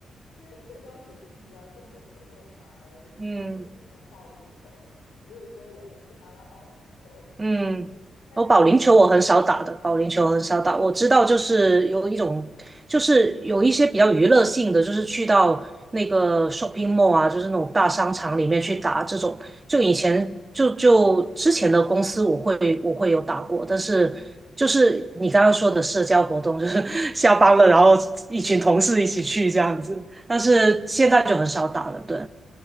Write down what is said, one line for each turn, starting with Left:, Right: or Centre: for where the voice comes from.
Left: 这边社交属性比较重的活动反而是呃保龄球，
Right: 嗯，
Left: 我有时候也会去打打保龄球，
Right: 嗯，
Left: 嗯，但其实
Right: 我保龄球我很少打的，保龄球很少打。我知道，就是有一种，就是有一些比较娱乐性的，
Left: 嗯
Right: 就是去到那个 shopping mall 啊，就是那种大商场里面去打这种。
Left: 嗯
Right: 就以前就就之前的公司，我会我会有打过，
Left: 嗯
Right: 但是就是你刚刚说的社交活动，就是 <laughs> 下班了，然后一群同事一起去这样子。但是现在就很少打了，对，